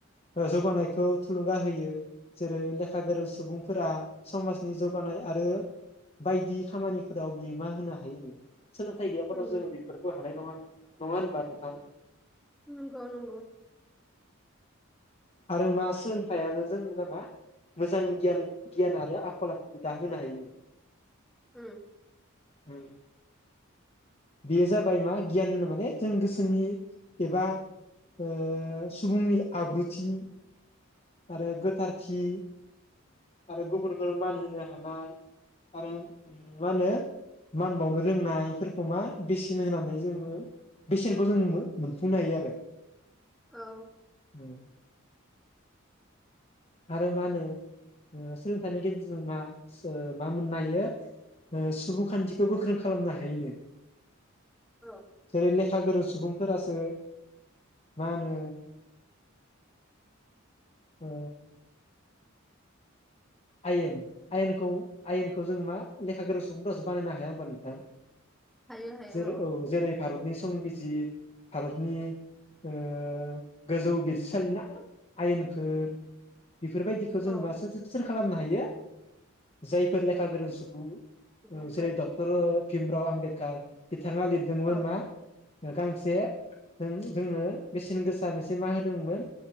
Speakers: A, on the left; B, in the centre.
A: जौगानायखौ थुलुंगा होयो। जेरैे लेखा गोरों सुबुंफोरा समाजनि जौगानाय आरो बायदि खामानिफोराव बिहोमा होनो हायो। सोलोंथाइ गैयाबाथ
B: उम
A: जोङो बेफोरखौ हानाय नङा। नङा होमबा नोंथां?
B: नंगौ नंगौ।
A: आरो मा सोलोंथाइयानो जों <unintelligible> मोजां गियान गियान आरो आखल आखु दाहोनो हायोनो।
B: उम
A: औ बेयो जाबाय मा गियान होनो माने जों गोसोनि एबा ओ सुबुंनि आब्रुथि आरो गोथारथि आरो गुबुनखौनो मान होनो हानाय आरो मा होनो मान बावनो रोंनायफोर खौमा बेसेन होनानै जोङो बेसेनखौ जों मो-मोनफुंनो हायो आरो
B: औ
A: उम आरो मा होनो ओ सोलोंथाइनि गेजेरजों मा सो मा मोननो हायो ओ सुबुंखान्थिखौ गोख्रों खालामनो हायनो
B: औ
A: जेरै लेखा गोरों सु सुबुंफोरासो मा होनो ओ आयेन आयेनखौ आयेनखौ जों मा लेखा गोरों सुबंफोरासो बानायनो हाया होनबा नोंथां?
B: हायो हायो
A: जेरै औ जेरै भारतनि संबिजिर भारतनि ओ गोजौ बिजिरसालि ना आयेनखो बेफोरबायदिखौ जों
B: औ
A: <unintelligible> खालामनो हायो जायफोर लेखा गोरों सुबुं
B: सुबुंफोर
A: जेरै डक्टर भिमराव <unintelligible> बिथाङा लिरदोंमोन
B: औ
A: मा गांसे जों-जोंनो मेसेन गोसा मोनसे मा होदोंमोन